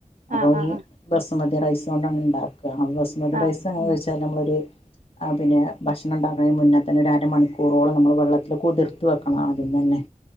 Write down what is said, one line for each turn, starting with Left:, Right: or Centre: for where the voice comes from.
Left: അപ്പൊ
Right: ആഹ് ആഹ്
Left: ഈ ബസുമതി റൈസ് കൊണ്ടാണ് ഇണ്ടാക്ക ബസുമതി
Right: ആഹ്
Left: റൈസ് എങ്ങനെന്ന് വെച്ചാ ഞമ്മളൊരു ആഹ് പിന്നെ ഭക്ഷണം ഇണ്ടാക്കാണേൻ മുന്നേ തന്നെ ഒരുരമണിക്കൂറോളം നമ്മള് വെള്ളത്തില് കുതിർത്ത് വെക്കണം ആദ്യം തന്നെ